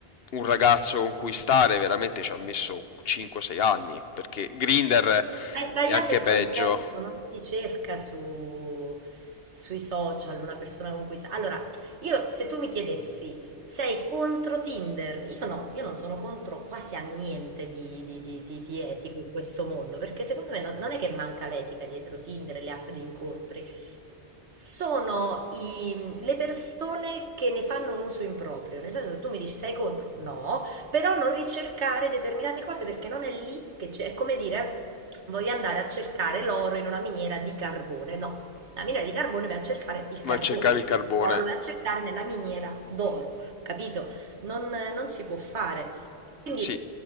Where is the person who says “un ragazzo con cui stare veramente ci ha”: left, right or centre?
Left